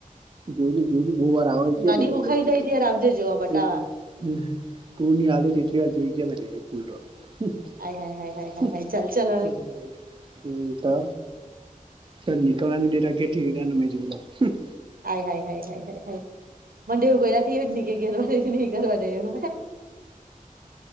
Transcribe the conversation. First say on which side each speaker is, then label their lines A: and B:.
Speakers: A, on the right; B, on the right.
A: જોઈલુ જોઈલુ બહું વાર આવે કયા
B: નદી
A: તા
B: હુંખાઈ
A: એક બે
B: જાય
A: વાર.
B: ત્યારે આવજે જોવા બતાવા
A: હુ હે તું ની આવલી તેટલી વાર જોઈ ગયાં મે તે પૂલ તો. હમ્મ
B: આય હાય હાય હાય હાય
A: હમ્મ
B: હાય ચાલ ચાલ હવે
A: હમ્મ. હમ્મ તો તન નિકળવા ની દેય ઘરથી મેં જોયલો હમ્મ.
B: આય હાય હાય હાય હાય હાય મન તો પહેલાથી જ એવું જ ને કેય કે ઘરવાળી ની કરવા દેય એમ.